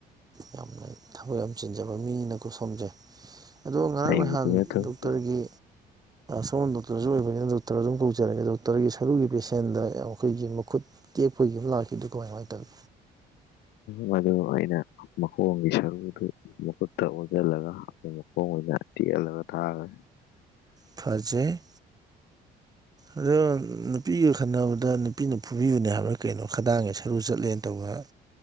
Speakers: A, on the right; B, on the left.
A: ꯌꯥꯝꯅ ꯊꯕꯛ ꯌꯥꯝ ꯆꯤꯟꯖꯕ ꯃꯤꯅꯤꯅꯀ ꯁꯣꯝꯁꯦ ꯑꯗꯣ ꯉꯔꯥꯡ
B: ꯑꯩꯕꯨꯗꯤ
A: ꯅꯍꯥꯟ
B: ꯅꯠꯇꯕ
A: ꯗꯣꯛꯇꯔꯒꯤ ꯁꯒꯣꯝ ꯗꯣꯛꯇꯔꯁꯨ ꯑꯣꯏꯕꯅꯤꯅ ꯗ ꯗꯣꯛꯇꯔ ꯑꯗꯨꯝ ꯀꯧꯖꯔꯒꯦ ꯗꯣꯛꯇꯔꯒꯤ ꯁꯔꯨꯒꯤ ꯄꯦꯁꯦꯟꯗ ꯑꯩꯈꯣꯏꯒꯤ ꯃꯈꯨꯠ ꯇꯦꯛꯄꯒꯤꯨꯝ ꯂꯥꯛꯈꯤꯗꯦ ꯀꯃꯥꯏ ꯀꯃꯥꯏꯅ ꯇꯧꯋꯤ
B: ꯃ ꯑꯩꯅ ꯃꯈꯣꯡꯒꯤ ꯁꯔꯨꯗꯨ ꯃꯈꯨꯠꯇ ꯑꯣꯟꯁꯤꯜꯂꯒ ꯃꯈꯣꯡ ꯑꯣꯏꯅ ꯇꯦꯜꯜꯂꯒ ꯊꯥꯔꯒ
A: ꯐꯖꯩ ꯑꯗꯣ ꯅꯨꯄꯤꯒ ꯈꯟꯅꯕꯗ ꯅꯨꯄꯤꯅ ꯐꯨꯕꯤꯕꯅꯦ ꯍꯥꯏꯕ ꯀꯩꯅꯣ ꯈꯗꯥꯡꯉꯦ ꯁꯔꯨ ꯆꯠꯂꯦꯅ ꯇꯧꯕ